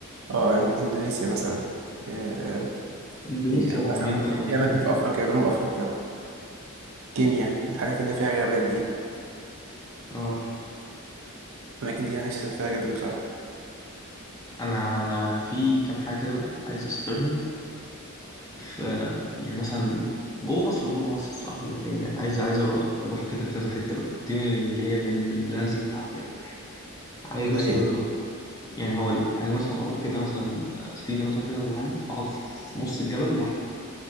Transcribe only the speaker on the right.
اه إند- اندونيسيا مثلا آه،
في
مثلا
في اماكن
في افريقيا جنوب افريقيا كينيا الحاجات اللي فيها غابات دي
الاماكن دي انا نفسي اسافرها جدا بصراحه
زي
ايه